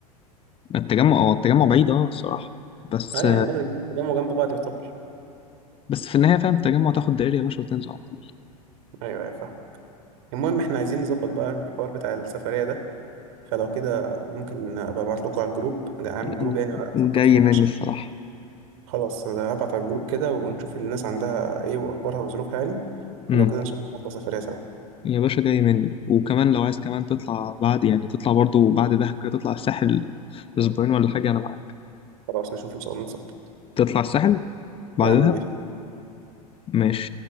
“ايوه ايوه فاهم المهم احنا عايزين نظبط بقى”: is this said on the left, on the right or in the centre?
Right